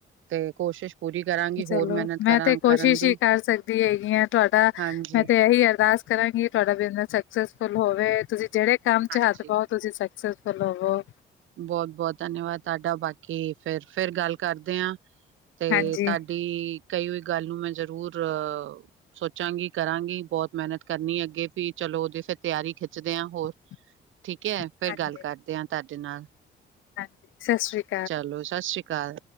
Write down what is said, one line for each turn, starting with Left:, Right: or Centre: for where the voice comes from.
Right: ਤੇ ਕੋਸ਼ਿਸ਼ ਪੂਰੀ ਕਰਾਂ। ਹੋਰ
Left: ਚਲੋ,
Right: ਮਿਹਨਤ
Left: ਮੈਂ ਤੇ ਕੋਸ਼ਿਸ਼
Right: ਕਰਨ ਦੀ
Left: ਹੀ ਕਰ ਸਕਦੀ ਹੈਗੀ ਆ ਤੁਹਾਡਾ,
Right: ਹਾਂਜੀ,
Left: ਮੈਂ ਤੇ ਇਹੀ ਅਰਦਾਸ ਕਰਾਂਗੀ ਤੁਹਾਡਾ ਬਿਜਨਸ ਸਕਸੈਸਫੁਲ ਹੋਵੇ, ਤੁਸੀਂ ਜਿਹੜੇ ਕੰਮ
Right: ਹਾਂਜੀ।
Left: ਚ' ਹੱਥ ਪਾਓ ਤੁਸੀਂ ਸਕਸੈਸ ਚਲੋਵੋ।
Right: ਬਹੁਤ-ਬਹੁਤ ਧੰਨਵਾਦ ਤਾਡਾ। ਬਾਕੀ ਫ਼ੇਰ, ਫ਼ੇਰ ਗੱਲ ਕਰਦੇ ਆਂ ਤੇ
Left: ਹਾਂਜੀ,
Right: ਤੁਹਾਡੇ ਕੀ ਕਈ ਹੋਈ ਗੱਲ ਨੂੰ ਮੈਂ ਜਰੂਰ ਅ ਸੋਚਾਂਗੀ, ਕਰਾਂਗੀ ਬਹੁਤ ਮਿਹਨਤ ਕਰਨੀ ਏ ਅੱਗੇ ਵੀ ਚਲੋ, ਉਹਦੀ ਫਿਰ ਤਿਆਰੀ ਖਿੱਚਦੇ ਆ ਹੋਰ।
Left: <inaudible>
Right: ਠੀਕ ਐ, ਫੇਰ
Left: ਹਾਂਜੀ,
Right: ਗੱਲ ਕਰਦੇ ਆਂ ਤੁਹਾਡੇ ਨਾਲ।
Left: ਹਾਂਜੀ, ਸਤਿ ਸ਼੍ਰੀ
Right: ਚਲੋ, ਸਤਿ ਸ਼੍ਰੀ ਅਕਾਲ।